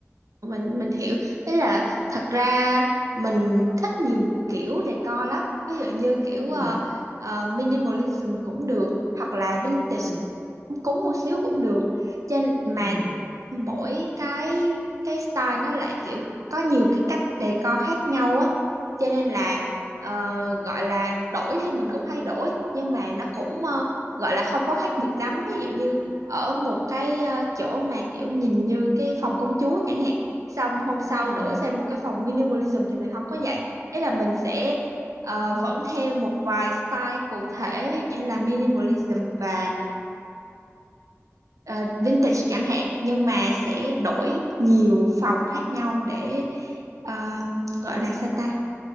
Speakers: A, on the right (about 85°); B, on the left (about 45°).
A: mình mình hiểu đấy là thật ra mình thích nhiều kiểu decor lắm ví dụ như kiểu
B: Ừ
A: ờ, ờ, minimalism cũng được hoặc là vintage
B: ừ
A: cũng một xíu cũng được trên mà
B: ừ
A: mỗi cái cái style nó lại kiểu có nhiều cái cách decor khác nhau á cho nên là ờ, gọi là đổi thì mình cũng hay đổi nhưng mà nó cũng ờ, gọi là không có khác biệt lắm ví dụ như ở một cái ờ, chỗ mà kiểu nhìn như cái phòng công chúa chẳng hạn xong hôm sau
B: ừ
A: đổi sang một cái phòng minimalism thì mình không có vậy đấy là mình sẽ ờ, vẫn theo một vài style cụ thể ví dụ như là minimalism và ờ, vintage chẳng hạn nhưng mà sẽ đổi nhiều phòng khác nhau để ờ, gọi là sao ta